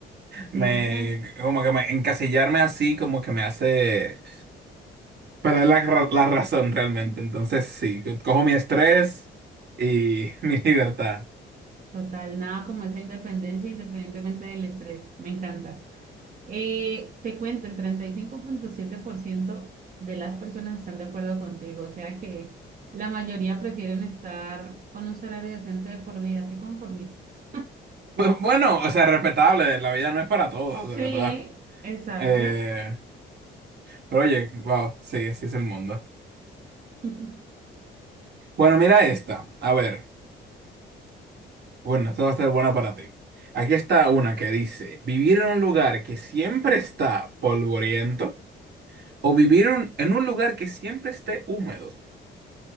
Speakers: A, on the right; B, on the right.
A: ¿Cierto?
B: Me, como que me, encasillarme así, como que me hace Pero es la, ra- la razón realmente. Entonces, sí, co- cojo mi estrés y <laughs> mi libertad.
A: Total, nada como esa independencia independientemente del estrés. Me encanta. Eh, te cuento, el treinta y cinco punto siete por ciento de las personas están de acuerdo contigo, o sea que la mayoría prefieren estar con un salario decente de por vida que conformistas.
B: Bu- Bueno, o sea, respetable, la vida no es para todos,
A: Sí,
B: de verdad.
A: exacto.
B: Eh, pero oye, wow, sí, así es el mundo.
A: <laughs>
B: Bueno, mira esta. A ver, bueno, esta va a estar buena para ti. Aquí está una que dice, vivir en un lugar que siempre está polvoriento o vivir un- en un lugar que siempre esté húmedo.